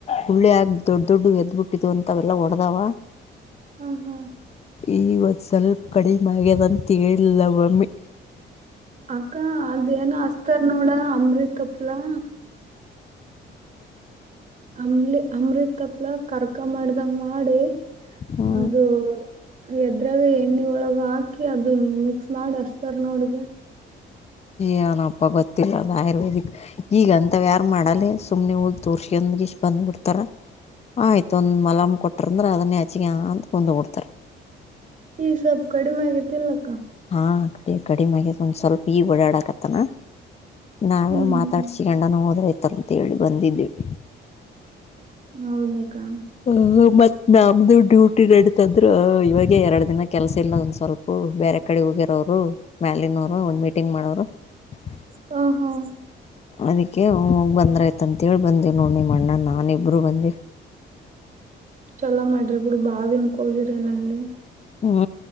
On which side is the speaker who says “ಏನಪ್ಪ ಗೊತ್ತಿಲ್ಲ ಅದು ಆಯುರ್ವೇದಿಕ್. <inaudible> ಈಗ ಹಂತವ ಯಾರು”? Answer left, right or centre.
Left